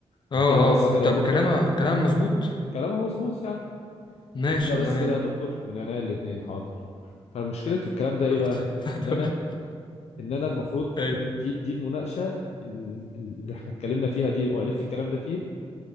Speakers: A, on the left; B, on the left.
A: اه
B: قلت
A: اه
B: لها بس كده
A: اه طب
B: يا دكتور
A: كلامها كلام مظبوط
B: كلامها مظبوط يعني
A: ماشي
B: قلت لها بس
A: تمام
B: كده يا دكتور من عينيا الاتنين حاضر فمشكلة الكلام ده ايه
A: رحت
B: بقى
A: فتحت
B: ان انا ان انا المفروض
A: <laughs> ايوه
B: دي دي المناقشة ال- اللي احنا اتكلمنا فيها دي وقالت لي الكلام ده فيه